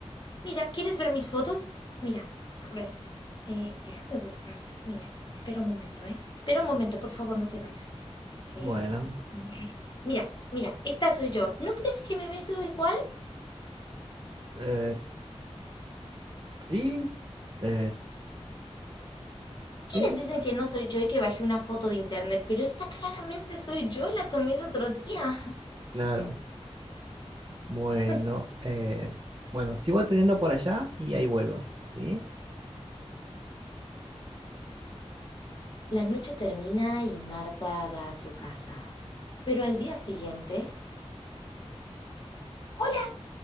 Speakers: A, on the left; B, on the right.
A: Mira, ¿quieres ver mis fotos? Mira, a ver, eh, déjame buscar. Mira, espera un momento, ¿eh? Espera un momento, por favor, no te vayas. Em,
B: Bueno,
A: mm, mira, mira, esta soy yo. ¿No crees que me veo igual?
B: eh, sí, eh, sí,
A: ¿Quiénes dicen que no soy yo y que bajé una foto de internet? Pero esta claramente soy yo, la tomé el otro día.
B: claro. Bueno,
A: <laughs>
B: eh, bueno, sigo atendiendo por allá y ahí vuelvo, ¿sí?
A: La noche termina y Marta va a su casa. Pero al día siguiente... Hola,